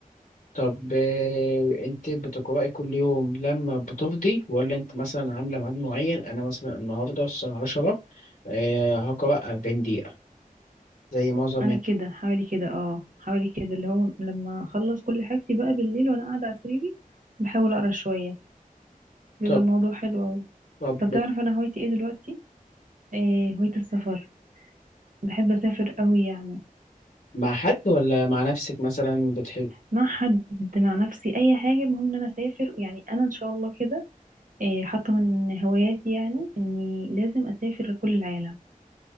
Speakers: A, on the left; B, on the right.
A: طب آه، انت بتقرأي كل يوم لما بتفضي ولا انت مثلا عامله ميعاد معين انا مثلا النهارده الساعه 10 آه، هقرأ 40 دقيقه زي معظم
B: انا كده حوالي كده اه حوالي كده اللي هو لما اخلص كل حاجتي بقى بالليل وانا قاعدة على سريري بحاول اقرا شوية بيبقى
A: طب
B: الموضوع حلو أوي
A: طب
B: طب تعرف أنا هوايتي إيه دلوقتي؟ إيه هواية السفر بحب أسافر أوي يعني
A: مع حد ولا مع نفسك مثلا بتحب
B: مع حد مع نفسي أي حاجة المهم إن أنا أسافر يعني أنا إن شاء الله كده إيه حاطة من هواياتي يعني إني لازم أسافر كل العالم